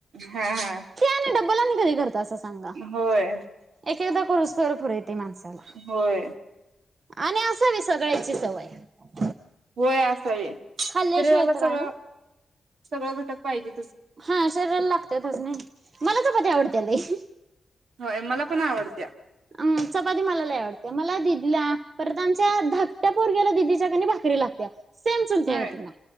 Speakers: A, on the right; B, on the right.
A: हा हा
B: ते आणि डब्बल आणि कधी करतात असं सांगा,
A: होय
B: एक-एकदा करूसतर फुरे ते माणसाला
A: होय
B: आणि असावी सगळ्याची सवय आहे.
A: होय असावी, शरीराला
B: खाल्ल्याशिवाय तर
A: सगळं
B: आहे
A: सगळं घटक पाहिजे
B: हा शरीरा लाग त्यातच नाही, मला चपाती आवडत्या लई.
A: होय मला पण आवडत्या
B: अं चपाती मला लई आवडत्या मला दिदीला परत आमच्या धाकट्या पोरग्याला दिदीच्या कणी भाकरी लागत्या. सेम चुलत्या
A: होय
B: ग तिला